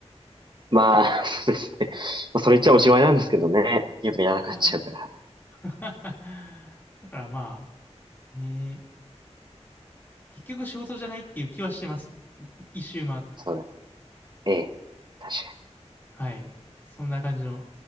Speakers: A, on the right (about 40°); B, on the left (about 15°).
A: まあ、<laughs> そうですね。まあ、それ言っちゃおしまいなんですけどね。
B: そ
A: やっぱやらかっちゃうから。
B: う。あ <laughs> だからまあ、ね結局仕事じゃないっていう気はしてます。一周回って。
A: そうだね。ええ確かに。
B: はい。そんな感じの